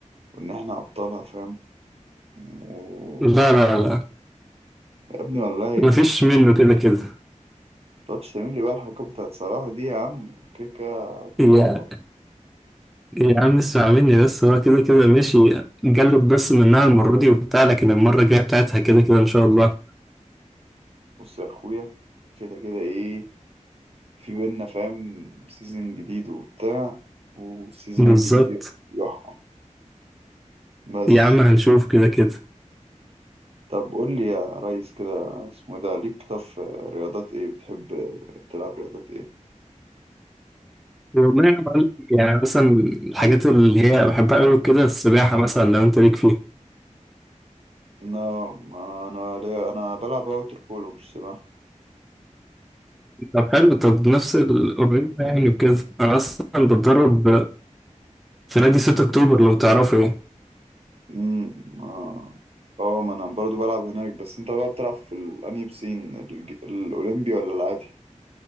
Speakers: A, on the right (about 50°); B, in the centre.
A: وان احنا ابطالها فاهم و...
B: لا لا لا
A: يا ابني والله
B: مفيش منه كده كده
A: متقعدش تعمل لي بقى الحركات بتاعت صلاح دي يا عم كده كده
B: يا
A: توبات.
B: يا عم اسمع مني بس هو كده كده ماشي جلد بس منها المرة دي وبتاع لكن المرة الجاية بتاعتها كده كده ان شاء الله
A: بص يا اخويا كده كده ايه في بينا فاهم سيزن جديد وبتاع والسيزن
B: بالظبط
A: الجديد يح- يحكم بس
B: يا عم هنشوف كده كده
A: طب قول لي يا ريس كده اسمه إيه ده ليك طب في رياضات ايه بتحب تلعب رياضات ايه
B: والله يا معلم، يعني مثلا الحاجات اللي هي بحبها قوي كده السباحة مثلا لو انت ليك فيها
A: انا ما انا ليا- انا بلعب ووتر بولو مش سباحة
B: طب حلو طب نفس القريب يعني وكده أنا أصلا بتدرب في نادي 6 أكتوبر لو تعرفه يعني
A: امم اه آه، ما انا برضو بلعب هناك بس انت بقى بتلعب في ال- انهي بسين الج- الاولمبي ولا العادي